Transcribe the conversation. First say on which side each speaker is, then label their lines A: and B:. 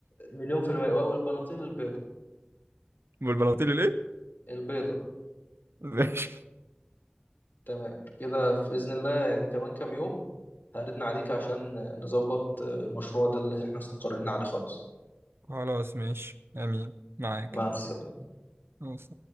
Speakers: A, on the left; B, on the right.
A: مليون في المية أو البناطيل البيضة
B: والبناطيل الايه
A: البيضة
B: <laughs> ماشي
A: تمام كده في بإذن الله يعني كمان كام يوم هردنا عليك عشان نظبط المشروع ده اللي احنا استقرينا عليه خلاص
B: خلاص ماشي امين معاك
A: مع السلامة
B: خلاص.